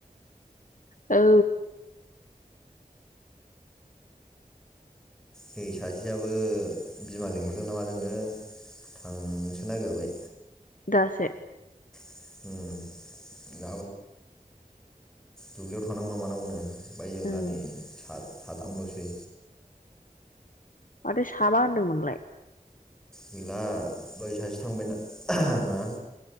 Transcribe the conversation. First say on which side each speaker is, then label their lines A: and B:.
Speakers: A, on the left; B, in the centre.
A: औ।
B: नै सासेयाबो बिमा लिंहरदों ना मादोंनो थांनोसो नागिरबाय।
A: दासो
B: उम
A: उम
B: दुब्लियाव थांनांगौ ना मानांगोनो। ओमफ्राय जों
A: उम
B: दा नै सार साथाम लसै
A: माथो साबा होनदोंमोनलाय।
B: गैला दहय सासे थांबाय ना